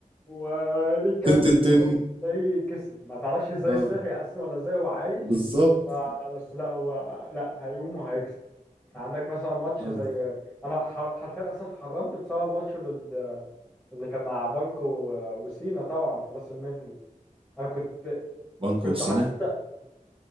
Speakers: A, in the centre; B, on the right.
A: وبيكمل
B: تن تن
A: وهو
B: تن
A: تلاقيه كسب ما تعرفش ازاي
B: اه
A: صحي أصلا ولا ازاي هو عايش
B: بالظبط
A: ف- بس لا هو لا هيقوم وهيكسب عندك مثلا ماتش
B: اه
A: زي انا حر- حرفيا اصلا حرمت بسبب ماتش ضد اللي كان مع بانكو و- وسينا طبعا في راس المنيا انا كنت
B: بانكو
A: كنت
B: وسينا
A: حتى